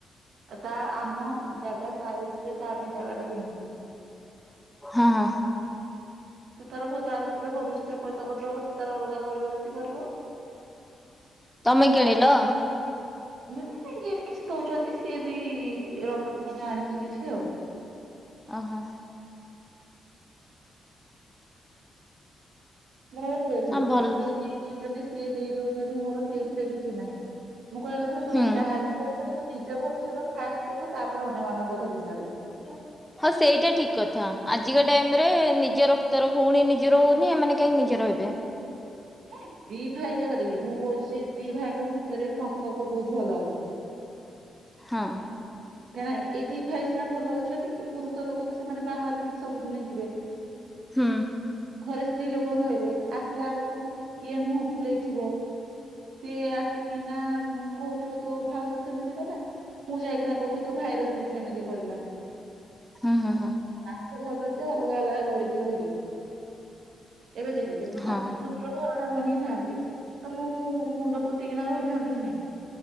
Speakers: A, on the right; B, in the centre.
A: ତା ଆମ ଜାଗା ସାଇଡରେ ତା ପାଇଁ ଜାଗା ଟା କିଣୁଛୁ।
B: ହଁ ହଁ।
A: ସେ ତାର ଘ ତାର ଯେତେବେଳେ ଭବିଷ୍ୟତରେ ପଇସା ପତ୍ର ହବ ସେ ତାର ଅଲଗା କରିବ ଯଦି କରିବ।
B: ତମେ କିଣିଲ?
A: ନି ଇଏ ବି କିଛି ଦଉଛନ୍ତି ସିଏ ବି ର ମାନେ ଆଣିଛି କିଛି ଆଉ।
B: ଓହୋ।
A: ମୋର ଦେଖ
B: ହଁ ଭଲ
A: ଇଏ ଦେଇ ଦଉଛନ୍ତି ସିଏ ଦେଇ ଦଉଛନ୍ତି ମୋର ସେଇଥିରେ କିଛି ନାହିଁ। ମୁଁ କହିବା କଥା ତମେ
B: ହୁଁ
A: ଯହାବି କରୁଛ କିନ୍ତୁ ନିଜ ଭବିଷ୍ୟତ ଫାଷ୍ଟ ଦେଖ ତାପରେ ଅନ୍ୟମାନଙ୍କ କଥା ଚିନ୍ତା କରିବ।
B: <unintelligible> ହଁ ସେଇଟା ଠିକ କଥା ଆଜିକା ଟାଇମ ରେ ନିଜ ରକ୍ତର ଭଉଣୀ ନିଜର ହଉନି, ଏମାନେ କାହିଁ ନିଜର ହେବେ?
A: ନାଇଁ ଦି ଭାଇ ଯାକ ଦେଖେ ମୁଁ କହୁଛି ଯେ ଦି ଭାଇଙ୍କ ଭିତରେ ସମ୍ପର୍କ ବହୁତ ଭଲ ଅଛି।
B: ହଁ।
A: କାହିଁକିନା ଏଇ ଦି ଭାଇ ସିନା ଭଲ ଅଛନ୍ତି ପୁରୁଷ ଲୋକ ତ ସେମାନେ ବାହାରକୁ ହିଁ ସବୁଦିନ ଯିବେ।
B: ହୁଁ।
A: ଘରେ ସ୍ତ୍ରୀ ଲୋକ ରହିବେ। ଆସିଲା ବେଳକୁ ଇଏ ମୁହଁ ଫୁଲେଇଥିବ ସିଏ ଆସିକି ନା କହୁଥିବ ତୋ ଭାଉଜ ସେମିତି କଲା ମୁଁ ଯାଇକି ତାଙ୍କୁ କହୁଥିବି ତୋ ଭାଇର ସ୍ତ୍ରୀ ସେମିତି କରିଲା।
B: ହୁଁ ହୁଁ ହୁଁ
A: ତାଠୁ ଭଲ ଯେ ଅଲଗା ଅଲଗା କରିକି ରହିଲେ। ଏବେ ଦେଖେ ଯଦି
B: ହଁ।
A: ଶାଶୁ ଶଶୁର ଘର ଟା ବନେଇଥାନ୍ତେ ତ ମୁଁ ମୋ ମୁଣ୍ଡ ପୋତିକିନା ରହିଥାନ୍ତି କି ନାଇଁ?